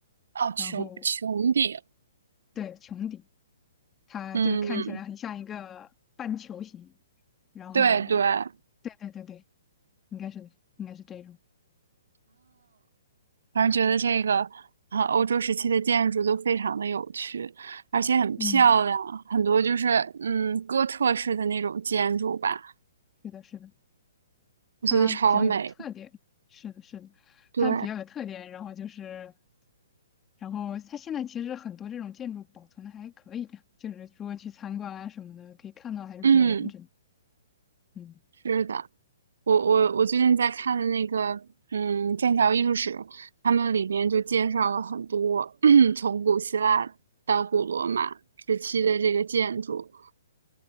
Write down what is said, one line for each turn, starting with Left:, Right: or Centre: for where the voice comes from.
Right: 哦，
Left: 然后
Right: 穹穹顶，
Left: 对穹顶。它就是看起来很像一个半球形，
Right: 嗯，
Left: 然后，
Right: 对对，啊，
Left: 对对对对，应该是的，应该是这种，
Right: 反正觉得这个啊，欧洲时期的建筑都非常的有趣，而且很漂亮，
Left: 嗯，
Right: 很多就是嗯哥特式的那种建筑吧，
Left: 是的，是的，
Right: 我觉得超美。
Left: 它比较有特点，是的，是的，
Right: 对，
Left: 它比较有特点，然后就是，然后它现在其实很多这种建筑保存的还可以，就是如果去参观啊什么的，可以看到还是比较完整，
Right: 嗯，
Left: 嗯
Right: 是的。我我我最近在看的那个，嗯，剑桥艺术史，他们里边就介绍了很多 <clears throat> 从古希腊到古罗马时期的这个建筑，